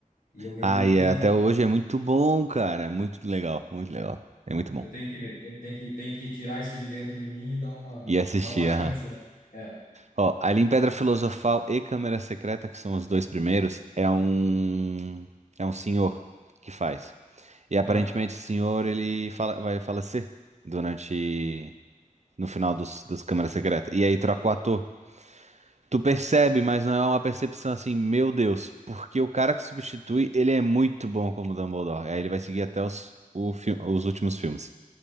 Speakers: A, on the left; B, on the right.
A: E eu meio
B: ah,
A: que,
B: e é- até hoje é muito bom, cara. É muito legal, muito legal. É muito bom.
A: eu tenho que ver, tem, tem que, tem que tirar isso de dentro de mim e dar uma,
B: E assistir,
A: dar uma chance,
B: aham.
A: né? É,
B: Ó, ali em Pedra Filosofal e Câmara Secreta, que são os dois primeiros, é um é um senhor que faz. E aparentemente
A: aham.
B: esse senhor ele fala- vai falecer durante no final dos, das Câmaras Secretas. E aí troca o ator. Tu percebe, mas não é uma percepção assim, meu Deus, porque o cara que substitui, ele é muito bom como Dumbledore. Aí ele vai seguir até os, o fi- os últimos filmes.